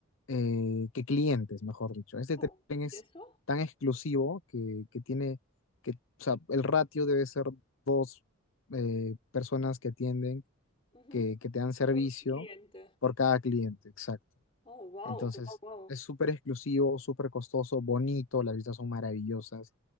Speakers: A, on the left; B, on the left.
A: eh, que clientes, mejor dicho. Este
B: Oh,
A: tren
B: ¿y
A: es
B: eso?
A: tan exclusivo que, que tiene, que, o sea, el ratio debe ser dos eh, personas que atienden,
B: Ujú.
A: que, que te dan servicio
B: Un cliente.
A: por cada cliente, exacto.
B: Oh, wow,
A: Entonces,
B: wow, wow.
A: es súper exclusivo, súper costoso, bonito, las vistas son maravillosas